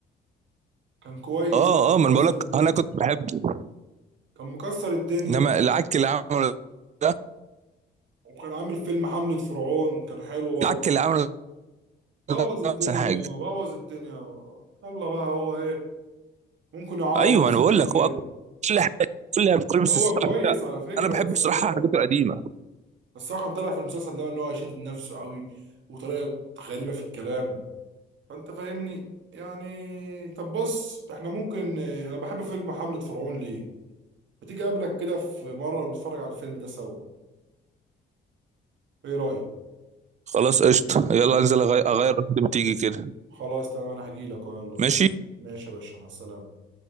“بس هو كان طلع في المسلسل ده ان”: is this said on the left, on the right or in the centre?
Right